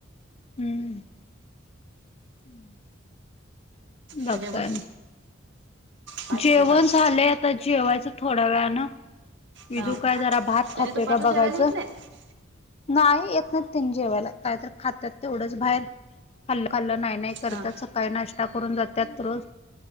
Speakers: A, on the left (about 30°); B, on the right (about 65°).
A: हम्म. <inaudible> बघ
B: जेवण?
A: काय आणि
B: काय
A: जेवण
B: केलंस आज
A: झालंय, आता जेवायचं थोडा वेळाना विदू
B: हां
A: काय जरा भात
B: त्याने
A: खातोय
B: दुपारचं
A: का बघायचं
B: जेवायला येत नाहीत
A: नाही येत नाही त्यांनी जेवायला काय तर खात्यात तेवढंच बाहेर खाल्लं खाल्लं नाही नाही करतात
B: हां
A: सकाळी नाश्ता करून जात्यात रोज